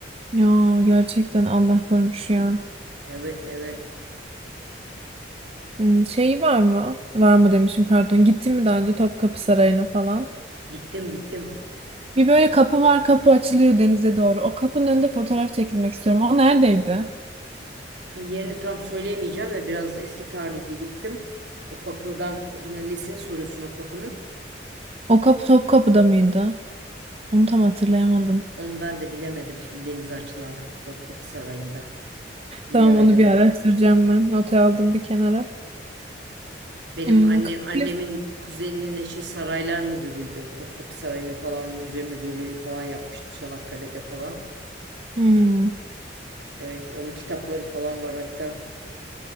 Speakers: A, on the right; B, on the right.
A: Ya gerçekten Allah korumuş ya.
B: Evet evet.
A: Hmm, Şey var mı? Var mı demişim pardon. Gittin mi daha önce Topkapı Sarayı'na falan?
B: Gittim gittim.
A: Bir böyle kapı var, kapı açılıyor denize doğru. O kapının önünde fotoğraf çekilmek istiyorum. O neredeydi?
B: Yerini tam söyleyemeyeceğim de biraz eski tarihli gittim. O kapıdan yani nesini soruyorsun o kapının?
A: O kapı Topkapı'da mıydı? Onu tam hatırlayamadım.
B: Onu ben de bilemedim şimdi denize açılan kapı Topkapı Sarayı'nda. Bilemedim.
A: Tamam onu bir araştıracağım ben. Notu aldım bir kenara.
B: Benim
A: Hmm,
B: anne,
A: Kız
B: annemin
A: Kulesi.
B: kuzeninin eşi saraylar müdürüydü. Topkapı Sarayı'nı falan müze müdürlüğünü falan yapmıştı Çanakkale'de falan.
A: Hmm,
B: Evet onun kitapları falan var hatta